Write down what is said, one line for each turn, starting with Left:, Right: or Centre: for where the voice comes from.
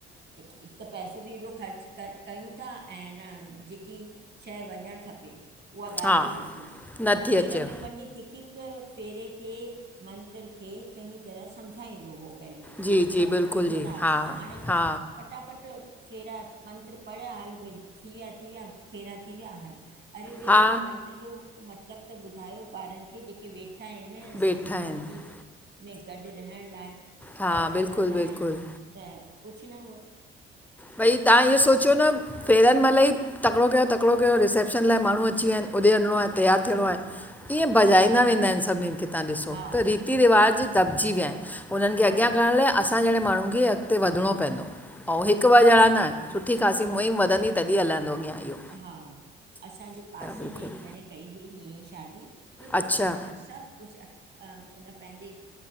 Right: हिकु त पैसो बि एॾो ख़र्च क कयूं था, ऐं न जेकी शंएं वंञंणु खपे, उहा ॻाल्हि
Centre: हा
Right: बि न थी वंञें
Centre: नथी
Right: अॼु फेरनि
Centre: अचेव
Right: में पंडित हिकु -हिकु हिकु फेरे खे मंत्र खे चङी तरह सम्झाईंदो हो। पहिरीं
Centre: जी जी
Right: सम
Centre: बिल्कुलु
Right: ॿुधंदा
Centre: जी
Right: हुआसीं
Centre: हा
Right: हाणे बसि
Centre: हा
Right: फटाफट फेरा मंत्र पढ़िया, हलु भई थी विया, थी विया फेरा थी विया हलु अरे भई
Centre: हा
Right: हुन मंत्र जो मतिलबु त ॿुधायो ॿारनि खे जेके वेठ -ठा हिनि,
Centre: वेठा
Right: सॼी
Centre: आहिनि
Right: ज़िंदगी -में गॾु रहण लाए,
Centre: हा
Right: गॾजंदड़
Centre: बिल्कुलु
Right: लाए,
Centre: बिल्कुलु
Right: त कुझु न ऊहो
Centre: भई तव्हां इह्यो सोचियो न फेरनि महिलई तकिड़ो कयो, तकिड़ो कयो रिसेप्शन लाए माण्हूं अची विया हिनि, ओॾह वंञिंणो आहे तैयारु थियणो आहे। ईअं भॼाईंदा वेंदा हिनि, सभिनीनि खे। तहां ॾिसो
Right: हा
Centre: त रीति रिवाज़ दॿजी विया हिनि, उन्हनि
Right: हा
Centre: खे अॻियां करण लाए असां असां जहिड़े माण्हुन खे अॻिते वधिणो पवंदो ऐं
Right: द
Centre: हिकु
Right: <inaudible>
Centre: ॿ ॼणां न, सुठी ख़ासी मुहिम वधंदी तॾहिं हलंदो अॻियां इह्यो।
Right: हा, असांजे पासे
Centre: बिल्कुलु
Right: में हिकु ॼणे कई हुई ईअं ई शादी बिल्कुलु
Centre: अच्छा
Right: सिंपल, सभु कुछ उन पंहिंजे